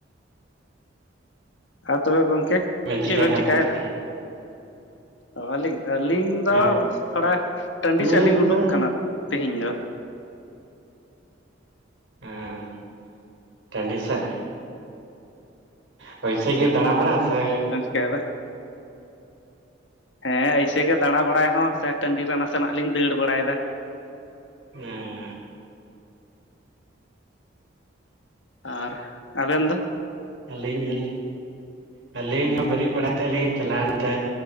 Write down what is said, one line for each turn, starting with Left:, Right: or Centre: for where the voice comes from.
Left: ᱟᱨ ᱛᱚᱵᱮ ᱜᱚᱝᱠᱮ
Right: ᱪᱤᱠᱟᱭ
Left: ᱪᱮᱫ ᱵᱮᱱ
Right: ᱠᱟᱱ
Left: ᱪᱮᱠᱟᱭᱮᱫᱟ?
Right: ᱛᱟᱦᱮᱸ ᱛᱚᱵᱮ
Left: ᱚ ᱟᱹᱞᱤᱧ! ᱟᱹᱞᱤᱧ ᱫᱚ
Right: ᱦᱮᱸ
Left: ᱛᱷᱚᱲᱟ ᱴᱟᱺᱰᱤ
Right: ᱱᱤᱛ
Left: ᱥᱮᱫ ᱞᱤᱧ ᱩᱰᱩᱠ
Right: ᱫᱚ
Left: ᱠᱟᱱᱟ ᱛᱤᱦᱤᱧ ᱫᱚ ᱾
Right: ᱩᱸᱻ ᱴᱟᱺᱰᱤ ᱥᱮᱜ! ᱦᱚᱭᱥᱮ ᱜᱮ ᱫᱟᱬᱟ ᱵᱟᱲᱟ ᱥᱮ!
Left: ᱪᱮᱜ ᱦᱚ ᱵᱟ᱾ ᱦᱮᱸ ᱮᱭᱥᱮ ᱜᱮ ᱫᱟᱬᱟ ᱵᱟᱲᱟᱭ ᱦᱚᱸ ᱥᱮ ᱴᱟᱺᱰᱤ ᱨᱮ ᱱᱟᱥᱮᱱᱟᱜ ᱞᱤᱧ ᱫᱟᱹᱲ ᱵᱟᱲᱟᱭ ᱮᱫᱟ ᱾
Right: ᱚᱸᱻ
Left: ᱟᱨ ᱟᱵᱮᱱ ᱫᱚ?
Right: ᱟᱹᱞᱤᱧ ᱦᱚᱸᱞᱮ ᱟᱹᱞᱤᱧ ᱦᱚᱸ ᱵᱮᱨᱮᱜ ᱵᱟᱲᱟ ᱛᱮᱜ ᱞᱤᱧ ᱪᱟᱞᱟᱣ ᱮᱱᱛᱮ